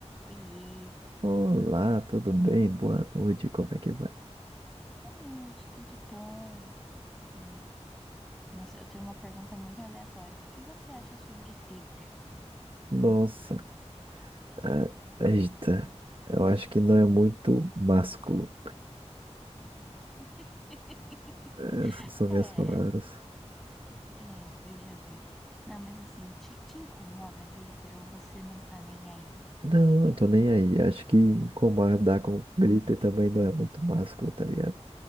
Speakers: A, in the centre; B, on the right.
A: Oiê,
B: Olá, tudo bem? Boa noite, como é que vai?
A: boa noite, tudo bom? É, Nossa, eu tenho uma pergunta muito aleatória. O que você acha sobre glitter?
B: Nossa, ah, eita, eu acho que não é muito másculo.
A: <laughs>
B: Essas são
A: É,
B: minhas palavras.
A: é, veja bem. Não, mas assim, te, te incomoda glitter ou você não tá nem aí?
B: Não, eu tô nem aí. Acho que incomodar com glitter também não é muito másculo, tá ligado?